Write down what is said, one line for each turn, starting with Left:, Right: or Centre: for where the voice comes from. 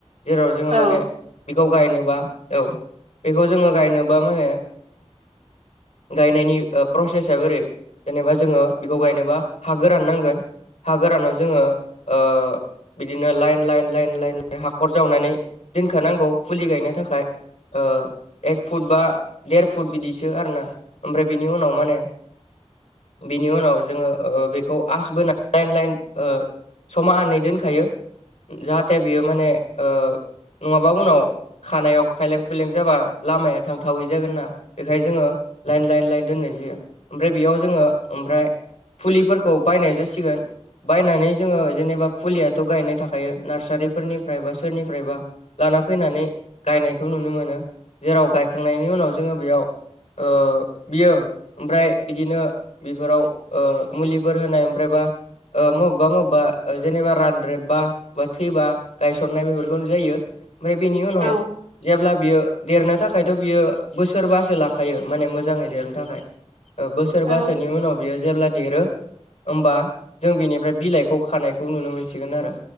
Left: जेराव जोङो
Right: औ
Left: माने बेखौ गायनोबा औ बेखौ जोङो गायनोबा माने गायनायनि ओ प्रसेसआ ओरै जेनेबा जोङो बेखौ गायनोबा हा गोरान नांगोन। हा गोरानाव जोङो ओ बिदिनो लाइन लाइन लाइन लाइन हाखर जावनानै दोनखानांगौ फुलि गायनो थाखाय। ओ एक फुट बा देर फुट बिदिसो आरोना ओमफ्राय बिनि उनाव माने बिनि उनाव जोङो ओ बेखौ आस बोनानै लाइन लाइन ओ समानै दोनखायो। जाहाथे बियो माने ओ नङाबा उनाव खानायाव खायलें खुइलें जाबा लामाया थांथावै जागोन ना बेखायनो जोङो लाइन लाइन लाइन दोननाय जायो ओमफ्राय बेयाव जोङो ओमफ्राय फुलिफोरखौ बायनाय जासिगोन बायनानै जोङो जेनेबा फुलिया गायनाय थाखायो नार्सारिफोरनिफ्राय बा सोरनिफ्रायबा लाना फैनानै गायनायखौ नुनो मोनो जेराव गायखांनायनि उनाव जोङो बेयाव ओ बियो ओमफ्राय बिदिनो बेफोराव ओ मुलिफोर होनाय ओमफ्रायबा ओ बबेबा बबेबा जेनेबा रान रेबबा बा थैबा गायसननाय बेफोरखौ जायो ओमफ्राय बेनि उनाव
Right: औ
Left: जेब्ला बियो देरनो थाखायथ बियो बोसोरबासो लाखायो माने मोजाङै देरनो थाखाय ओ बोसोरबासोनि
Right: औ
Left: उनाव बियो जेब्ला देरो होमबा जों बेनिफ्राय बिलाइखौ खानायखौ नुनो मोनो। मोनसिगोन आरो